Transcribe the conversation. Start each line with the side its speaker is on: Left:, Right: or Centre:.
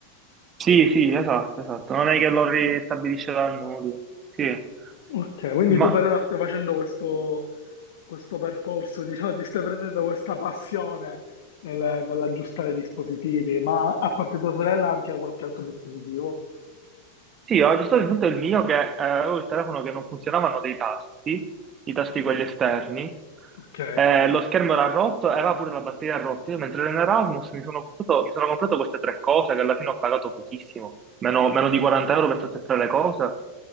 Right: Sì, sì, esatto, esatto. Non è che lo ristabilisce dal nulla. Sì.
Left: Ok, quindi
Right: Ma
Left: tu per ora stai facendo questo, questo percorso, diciamo, ti stai prendendo questa passione nel- nell'aggiustare i dispositivi, ma a parte tua sorella anche a qualche altro dispositivo.
Right: sì, ho aggiustato il punto del mio che eh, avevo il telefono che non funzionavano dei tasti, i tasti quelli esterni,
Left: Ok,
Right: eh, lo schermo era rotto e aveva pure la batteria rotta. Io mentre ero in Erasmus mi sono, portato- mi sono comprato queste tre cose che alla fine ho pagato pochissimo, meno, meno di 40 euro per tutte e tre le cose.